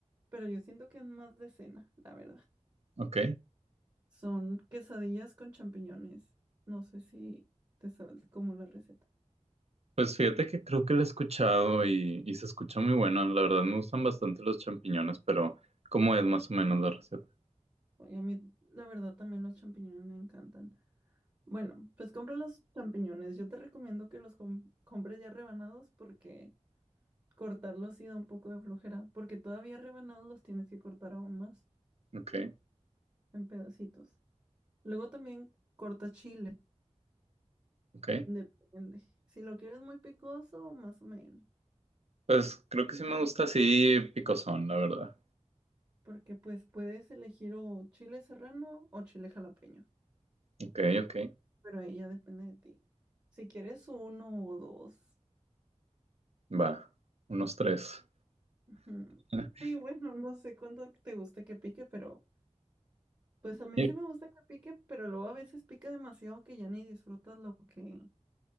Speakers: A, on the right (about 30°); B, on the right (about 60°).
A: pero yo siento que es más de cena, la verdad.
B: ¿Ok?
A: Son quesadillas con champiñones. No sé si te sabes como la receta.
B: Pues fíjate que creo que la he escuchado y, y se escucha muy buena. La verdad me gustan bastante los champiñones, pero ¿cómo es más o menos la receta?
A: Oye, a mí, la verdad, también los champiñones me encantan. Bueno, pues compra los champiñones. Yo te recomiendo que los com- compres ya rebanados porque cortarlos sí da un poco de flojera, porque todavía rebanados los tienes que cortar aún más
B: Ok,
A: en pedacitos. Luego también corta chile,
B: ok.
A: depende. Si lo quieres muy picoso, más o menos,
B: Pues creo que sí me gusta así picosón, la verdad.
A: porque pues puedes elegir o chile serrano o chile jalapeño,
B: Ok, ok.
A: pero ahí ya depende de ti. Si quieres uno o dos.
B: Va, unos tres.
A: Ujú.
B: <laughs>
A: Sí, bueno, no sé cuánto te gusta que pique, pero pues a mí
B: Y
A: sí me gusta que pique, pero luego a veces pica demasiado que ya ni disfrutas lo que,